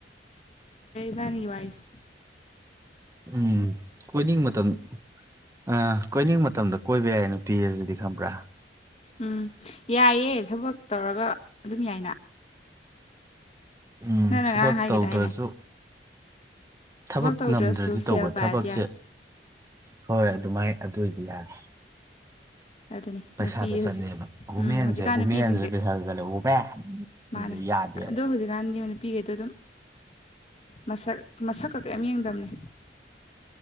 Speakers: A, on the left; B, on the right.
A: ꯢꯕꯅꯤꯒꯤ ꯋꯔꯤꯖꯦ
B: ꯎꯝ ꯀꯣꯏꯅꯤꯡ ꯃꯇꯝ ꯃꯇꯝ ꯑ ꯀꯣꯏꯅꯤꯡ ꯃꯇꯝꯗ ꯀꯣꯏꯕ ꯌꯥꯏ ꯅꯨꯄꯤ ꯑꯁꯤꯗꯤ ꯈꯪꯕ꯭ꯔꯥ
A: ꯎꯝ ꯌꯥꯏꯌꯦꯦ ꯊꯕꯛ ꯇꯧꯔꯒ ꯑꯗꯨꯝ ꯌꯥꯏꯅ
B: ꯎꯝ
A: ꯅꯪꯅ
B: ꯊꯕꯛ
A: ꯉꯔꯥꯡ ꯍꯥꯏꯈꯤꯗꯥꯏꯅꯦ
B: ꯇꯧꯗ꯭ꯔꯁꯨ ꯊꯕꯛ
A: ꯇꯧꯗ꯭ꯔꯁꯨ
B: ꯉꯝꯗ꯭ꯔꯗꯤ
A: ꯁꯦꯜ
B: ꯇꯧꯕ
A: ꯄꯥꯏꯔꯗꯤ
B: ꯊꯕꯛꯁꯦ
A: ꯌꯥꯔꯦ
B: ꯍꯣꯏ ꯑꯗꯨꯃꯥꯏ ꯑꯗꯨ ꯑꯣꯏꯗꯤ ꯌꯥꯔꯦ
A: ꯑꯗꯨꯅꯤ
B: ꯄꯩꯁꯥꯗ
A: ꯅꯨꯄꯤ ꯍꯧꯖꯤꯛ
B: ꯆꯠꯂꯦꯕ ꯋꯨꯃꯦꯟꯁꯦ
A: ꯎꯝ ꯍꯧꯖꯤꯛꯀꯥꯟ
B: ꯋꯨꯃꯦꯟꯁꯦ
A: ꯅꯨꯄꯤꯁꯤꯡꯁꯦ
B: ꯄꯩꯁꯥꯗ ꯆꯠꯂꯦ ꯋꯨꯃꯦꯟ ꯑꯗꯨꯁꯨ
A: ꯃꯥꯅꯦ
B: ꯌꯥꯗꯦꯕ
A: ꯑꯗꯣ ꯍꯧꯖꯤꯛꯀꯥꯟꯗꯤ ꯅꯨꯄꯤꯈꯩꯗꯣ ꯑꯗꯨꯝ ꯃꯁꯛ ꯃꯁꯛꯀ ꯀꯩꯝ ꯌꯦꯡꯗꯕꯅꯤ